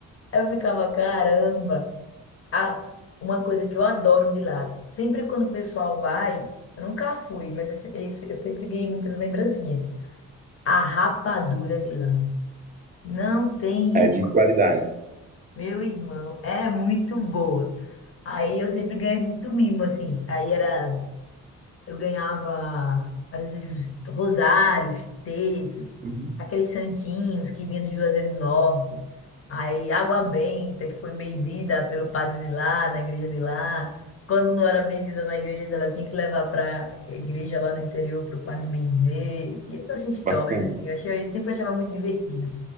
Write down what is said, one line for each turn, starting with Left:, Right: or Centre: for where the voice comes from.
Left: Eu ficava, caramba. Ah, uma coisa que eu adoro de lá, sempre quando o pessoal vai, eu nunca fui, mas eu, se- eu sempre ganhei muitas lembrancinhas. A rapadura de lá. Não tem
Right: É
Left: igual.
Right: de qualidade.
Left: Meu irmão, é muito boa. Aí eu sempre ganhei muito mimo, assim. Aí era, eu ganhava, às vezes, rosários, terços,
Right: Uhum.
Left: aqueles santinhos que vinham do Juazeiro do Norte. Aí água benta, que foi benzida pelo padre de lá, na igreja de lá. Quando não era benzida na igreja dela, tinha que levar para igreja lá do interior para o padre benzer. E Tinha essas histórias,
Right: Bacana.
Left: assim. Eu achei, eu sempre achava muito divertido.